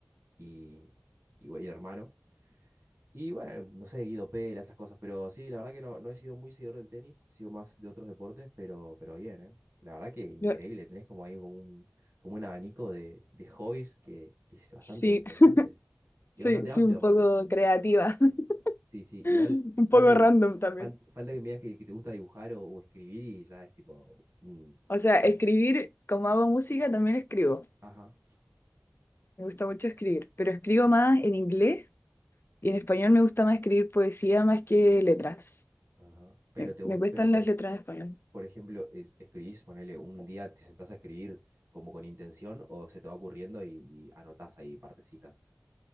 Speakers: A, on the right; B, on the left.
A: y, y, güey, hermano. Y bueno, no sé, Guido Pela, esas cosas, pero sí, la verdad que no, no he sido muy seguidor del tenis, he sido más de otros deportes, pero, pero bien, ¿eh? La verdad que increíble,
B: Yo-
A: tenés como ahí como un, como un abanico de, de hobbies que, que es bastante
B: sí,
A: interesante.
B: <laughs> soy,
A: Y bastante
B: soy
A: amplio
B: un
A: aparte.
B: poco creativa.
A: Sí, sí,
B: <laughs>
A: igual
B: Un
A: falta
B: poco
A: que
B: random
A: me,
B: también.
A: fal- falta que me digas que, que te gusta dibujar o, o escribir y ya es tipo, un-
B: O sea,
A: no sé.
B: escribir, como hago música, también escribo.
A: Ajá,
B: Me gusta mucho escribir, pero escribo más en inglés y en español me gusta más escribir poesía más que letras.
A: ajá. Pero
B: Me,
A: te gusta,
B: me cuestan
A: pero por
B: las
A: ej-
B: letras en español.
A: por ejemplo, es- escribís, ponele un día, te sentás a escribir como con intención o se te va ocurriendo y, y anotás ahí partecitas.